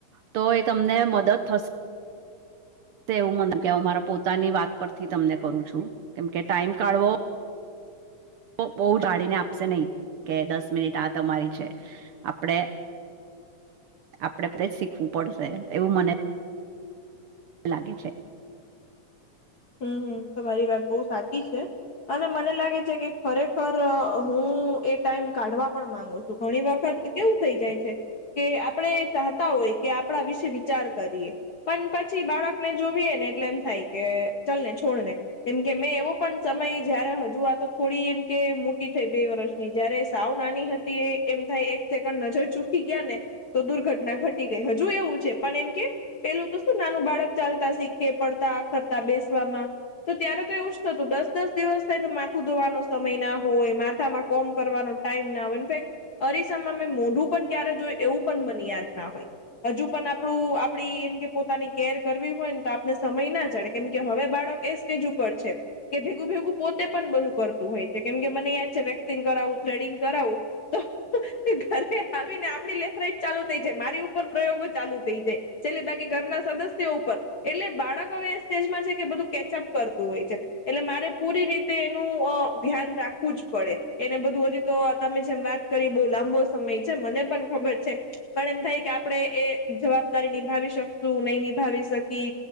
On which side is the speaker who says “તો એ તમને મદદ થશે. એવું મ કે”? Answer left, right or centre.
Right